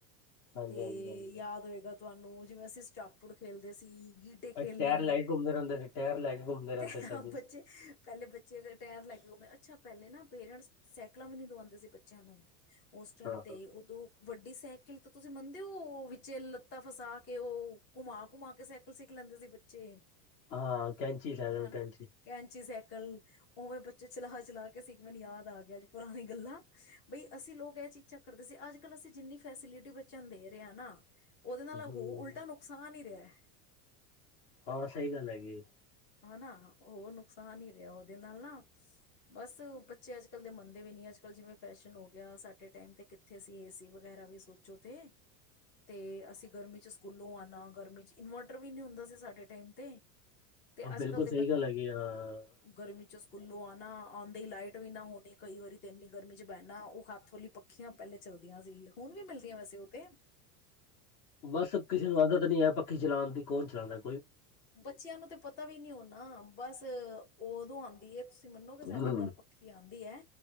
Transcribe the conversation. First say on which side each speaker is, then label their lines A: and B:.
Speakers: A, on the left (about 45°); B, on the left (about 25°).
A: ਹਾਂਜੀ
B: ਤੇ
A: ਹਾਂਜੀ ਹਾਂਜੀ
B: ਯਾਦ ਹੋਏਗਾ। ਤੁਹਾਨੂੰ ਜਿਵੇਂ ਅਸੀਂ ਸਾਪੁੜ ਖੇਲਦੇ ਸੀ। ਗਟੇ ਖੇਲਣੇ
A: ਅਸੀਂ ਟਾਇਰ ਲੈ ਕੇ ਘੁੰਮਦੇ ਰਹਿੰਦੇ ਸੀ ਟਾਇਰ ਲੈ ਕੇ ਘੁੰਮਦੇ ਰਹਿੰਦੇ
B: ਤੇ
A: ਸੀ
B: ਹਾਂ
A: ਅਸੀਂ
B: ਬੱਚੇ ਪਹਿਲੇ ਬੱਚੇ ਅਗਰ ਟਾਇਰ ਲੈਕੇ ਅੱਛਾ ਪਹਿਲੇ ਨਾ ਪੇਰੈਂਟਸ ਸਾਈਕਲਾਂ ਵੀ ਨੀ ਦਵਾਉਂਦੇ ਸੀ ਬੱਚਿਆਂ ਨੂੰ ਉੱਸ ਟਾਈਮ
A: ਹਾਂ
B: ਤੇ ਉਦੋਂ ਵੱਡੇ- ਸਾਇਕਲ ਤੇ ਤੁਸੀਂ ਮੰਨਦੇ ਹੋ ਵਿੱਚ ਲੱਤਾਂ ਫਸਾ ਕੇ- ਕਿ ਉਹ ਘੁਮਾ-ਘੁਮਾ ਕੇ ਸਾਇਕਲ ਸਿੱਖ ਲੈਂਦੇ ਸੀ!
A: ਹਾਂ ਹਾਂ ਕੈਂਚੀ ਸਾਈਕਲ
B: ਹ
A: ਕੈਂਚੀ
B: ਨਾ ਕੈਂਚੀ ਸਾਇਕਲ। ਉਵੇਂ ਬੱਚੇ ਚਲਾ ਚਲਾ ਕੇ ਸੀ ਮੈਨੂੰ ਯਾਦ ਆ ਗਿਆ ਪੁਰਾਣੀ ਗੱਲਾਂ ਬਈ ਅਸੀਂ ਲੋਕ ਇਹ ਚੀਜ਼ਾਂ ਕਰਦੇ ਸੀ ਅੱਜ ਕੱਲ ਅਸੀਂ ਜਿੰਨੀ ਫੈਸਿਲਿੱਟੀ ਬੱਚਿਆਂ ਨੂੰ ਦੇ ਰਹੇ ਹਾਂ ਨਾ ਉਹੱਦੇ ਨਾਲ
A: ਹੂੰ
B: ਉਹ ਉਲਟਾ ਨੁਕਸਾਨ ਹੀ ਰਿਹਾ ਹੈ।
A: ਹਾਂ ਸਹੀ ਗੱਲ ਹੈਗੀ।
B: ਹਨਾ ਹੋਰ ਨੁਕਸਾਨ ਹੀ ਰਿਹਾ ਉਹਦੇ ਨਾਲ ਨਾ ਬੱਸ ਬੱਚੇ ਅੱਜ ਕੱਲ ਦੇ ਮੰਨਦੇ ਵੀ ਨੀ ਅੱਜ ਕੱਲ ਜਿਵੇਂ ਫੈਸ਼ਨ ਹੋ ਗਿਆ ਸਾਡੇ ਟਾਈਮ ਤੇ ਕਿੱਥੇ ਸੀ ਏਸੀ ਵਗੈਰਾ ਵੀ ਸੋਚੋ ਤੇ ਤੇ ਅਸੀਂ ਗਰਮੀ ਚ ਸਕੂਲੋਂ ਆਣਾ ਗਰਮੀ ਚ ਇਨਵਰਟਰ ਵੀ ਨੀ ਹੁੰਦਾ ਸੀ ਸਾਡੇ ਟਾਈਮ ਤੇ ਤੇ
A: ਹ
B: ਅੱਜ
A: ਬਿਲਕੁਲ
B: ਕੱਲ੍ਹ ਦੇ
A: ਸਹੀ
B: ਬੱਚੇ
A: ਗੱਲ ਹੇਗੀ ਅ
B: ਗਰਮੀ ਸਕੂਲੋਂ ਆਣਾ ਆਦੇ ਲਾਈਟ ਵੀ ਨਾ ਹੋਣੀ ਕਈ ਵਾਰੀ ਤੇ ਇੰਨੀ ਗਰਮੀ ਚ ਬਹਿਣਾ ਉਹ ਹੱਥ ਹਲੀ ਪੱਖੀਆਂ ਪਹਿਲੇ ਚਲਦੀਆਂ ਸੀ ਹੁਣ ਵੀ ਮਿਲਦੀਆਂ ਵੈਸੇ ਉਹਤੇ
A: ਬਸ ਕਿਸੇ ਨੂੰ ਆਦਤ ਨੀ ਹੈ ਪੱਖੀ ਚਲਾਣ ਦੀ ਕੋੌਨ ਚਲਾਣਦਾ?
B: ਬੱਚਿਆਂ ਨੂੰ ਤੇ ਪਤਾ ਵੀ ਨੀ ਹੋਣਾ ਬੱਸ ਉਦੋਂ ਆਦੀ ਏ ਤੁਸੀ ਮੰਨੋਗੇ ਸਾਡੇ
A: ਹਮ,
B: ਘਰ ਪੱਖੀ ਆਂ ਆਦੀ ਹੈ